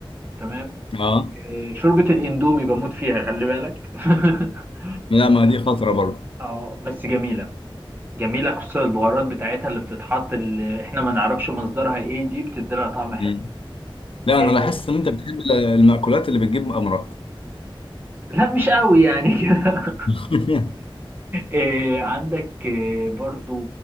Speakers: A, on the right; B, on the left.
A: تمام
B: اه
A: آه، شوربة الاندومي بموت فيها خلي بالك <laughs>
B: لا ما دي خطره برضه
A: اه بس جميلة جميلة خصوصا البهارات بتاعتها اللي بتتحط اللي احنا ما نعرفش مصدرها ايه دي بتدي لها طعم حلو
B: امم لا
A: آه،
B: انا لاحظت ان انت بتحب ال- المأكولات اللي بتجيب امراض
A: لا مش قوي يعني <laughs> كده
B: <laughs>
A: آه، عندك آه، برضو